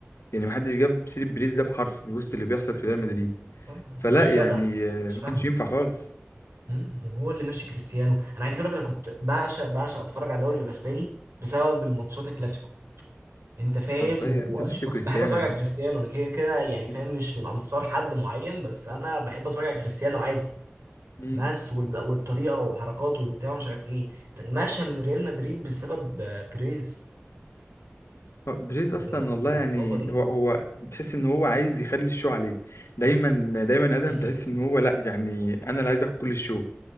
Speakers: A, on the left; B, on the right.
A: يعني ما حدش جاب سيره بريز ده بحرف في وسط اللي بيحصل في ريال مدريد
B: آه،
A: فلا
B: مش
A: يعني
B: جدع
A: آه،
B: مش
A: ما
B: فاهمه
A: كانش ينفع خالص
B: مم. وهو اللي ماشي كريستيانو انا عايز اقول لك انا كنت بعشق بعشق اتفرج على الدوري الاسباني بسبب الماتشات الكلاسيكو انت فاهم
A: حرفيا
B: وبحب
A: انت ميسي كريستيانو
B: اتفرج
A: يا عم
B: على كريستيانو انا كده كده يعني
A: مم.
B: فاهم مش من انصار حد معين بس انا بحب اتفرج على كريستيانو عادي
A: مم.
B: ماس وال- والطريقه وحركاته وبتاع مش عارف ايه مشى من ريال مدريد بسبب آه، بيريز
A: هو بريز اصلا
B: و-
A: والله
B: والاصابه
A: يعني
B: دي
A: هو هو تحس ان هو عايز يخلي الشو عليه دايما دايما ادهم
B: امم
A: تحس ان هو لا يعني انا اللي عايز اخد كل الشو